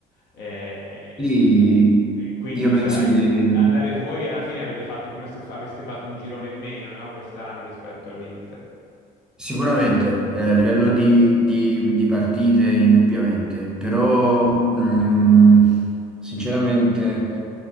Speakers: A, on the left; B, in the centre.
A: Eh,
B: Quindi
A: e quindi,
B: io penso
A: sai,
B: che
A: andare voi alla fine avete fatto come se f- aveste fatto un girone in meno, no? Quest'anno rispetto all'Inter.
B: Sicuramente, eh, a livello di, di- di partite, indubbiamente, però mh, sinceramente